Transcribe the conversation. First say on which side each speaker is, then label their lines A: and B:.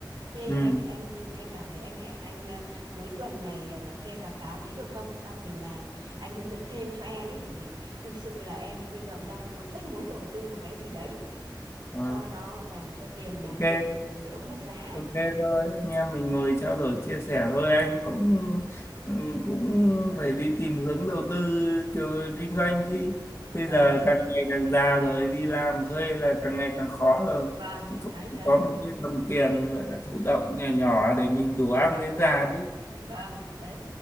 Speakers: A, on the right; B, on the left.
A: Thế
B: ừ
A: em em em bảo này em hẹn anh à, cuối tuần này à, cà phê cà pháo tí được không? Xong rồi là anh hướng dẫn thêm cho em ấy bởi vì thực sự là em bây giờ cũng đang muốn rất muốn đầu tư một cái gì đấy
B: Ờ,
A: cho nó vâng cho tiền nhàn
B: ok
A: rỗi của mình nó đỡ mất giá ấy.
B: Ok thôi, anh em mình ngồi
A: Vâng,
B: trao đổi chia sẻ thôi, anh cũng ừ, cũng phải đi tìm hướng đầu tư kiểu kinh doanh chứ. Bây
A: vâng,
B: giờ càng ngày càng già rồi, đi làm thuê là càng ngày càng khó rồi.
A: vâng,
B: Thì cũng
A: đấy đấy
B: có
A: đấy.
B: một cái đồng tiền gọi là thụ động nhỏ nhỏ để mình đủ ăn đến già chứ.
A: Vâng, đấy.